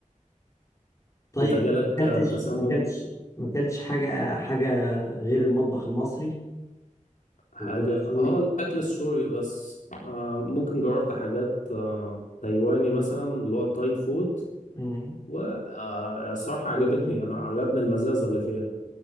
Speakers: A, on the left; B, on the left.
A: طيب
B: انت جالك
A: ما
B: آه،
A: اكلتش
B: تسمم
A: ما اكلتش ما اكلتش حاجه حاجه غير المطبخ المصري
B: حاجة
A: وغير السوري
B: هو الأكل السوري بس آه، ممكن جربت حاجات آه، تايواني مثلا اللي هو التاي فود
A: مم.
B: وصراحة عجبتني
A: السوشي
B: أنا عجبني المزازة اللي فيها